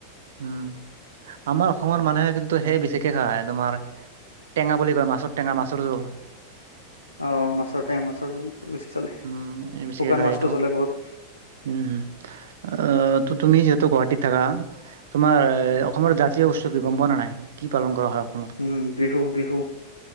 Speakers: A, on the right; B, on the left.
A: উম' আমাৰ অসমৰ মানুহে কিন্তু সেই বেছিকে খায় তোমাৰ টেঙা বুলি কয় মাছৰ টেঙা, মাছৰ জোল।
B: অ, মাছৰ টেঙা, মাছৰ জোল বেছি চলে,
A: উম বেছিকে
B: শুকান
A: খায়
B: মাছটো
A: এইটো
B: চলে বহুত।
A: উম' আহ, ত তুমি যিহেতু গুৱাহাটীত থাকা তোমাৰ এ অসমৰ জাতীয় উৎসৱ কি গম পোৱা নে নাই? কি পালন কৰা হয় অসমত?
B: উম' বিহু-বিহু।